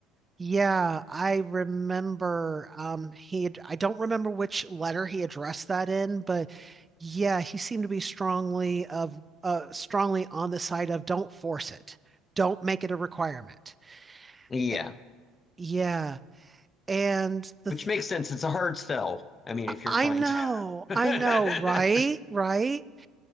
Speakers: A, on the right (about 20°); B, on the left (about 30°).
A: Yeah, I remember um he had, I don't remember which letter he addressed that in, but yeah, he seemed to be strongly of uh strongly on the side of don't force it. Don't make it a requirement.
B: Yeah,
A: Eh, Yeah, and the
B: which
A: th
B: makes sense. It's a hard sell. I mean, if you're
A: I
B: trying
A: know,
B: to. <laughs>
A: I know, right? Right?